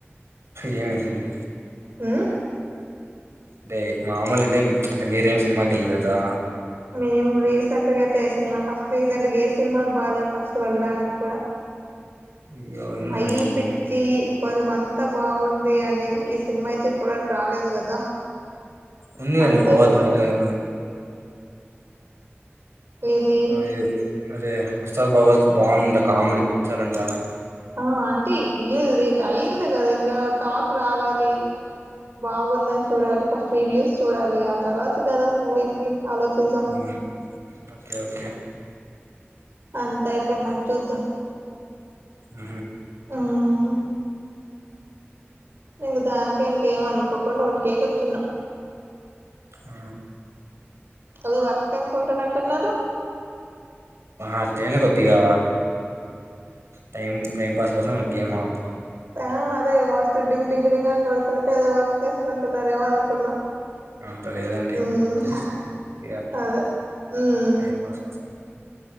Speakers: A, on the right; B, on the right.
A: ఏమైందండి
B: ఉమ్మ్
A: అంటే మామూలు అంటే అంటే మీరేమి సినిమాకి వెళ్ళలేదా
B: మేమ్ రీసెంట్గా అయితే ఏ సినిమా ఫస్ట్ రీసెంట్ ఏ సినిమాలు బాలేవు ఫస్ట్ వెళ్ళడానికి కూడా
A: అయ్యో ఎందుకండి
B: హై పిచ్చి కొంచం అంతా బాగుంది అని ఈ సినిమా అయితే ఇప్పటి వరకు రాలేదు కదా
A: ఉంది అన్ని
B: అంతా
A: బత
B: చూ
A: మ
B: ఏది
A: అది అదే ఉస్తాద్ బబద్ బాగుందంట కామెడీ పిక్చర్ అంట
B: ఆ అంటే అయింది కదా ఇంకా టాక్ రావాలి బాగుందని చూడాలి ఫస్ట్ రివ్యూస్ చూడాలి ఆ తర్వాత కదా మూవీకి ఆలోసిద్దాం
A: ఉమ్, ఓకే ఓకే
B: అంతా అయి పోయినాక చూద్దాం
A: ఆ
B: ఉమ్ ఇంక దానికే ఇంకేమ అనుకోకుండా ఉంటికే కూర్చున్నాం
A: అ
B: ఏదో వర్క్ చేసుకుంటున్నట్టున్నారు
A: అట్లేం లే కొద్దిగా టైం టైం పాస్ కోసం గేమ్ ఆడుతున్నా
B: ఆ అదే మోస్త డింగ్ డింగ్ డింగ్ అని కొడుతుంటే ఏదో వర్క్ చేసుకుంటున్నారేమో అనుకున్నాం
A: అంత లేదండి
B: ఉమ్
A: జస్ట్గా
B: అదే ఉమ్
A: టైం పాస్ కోసం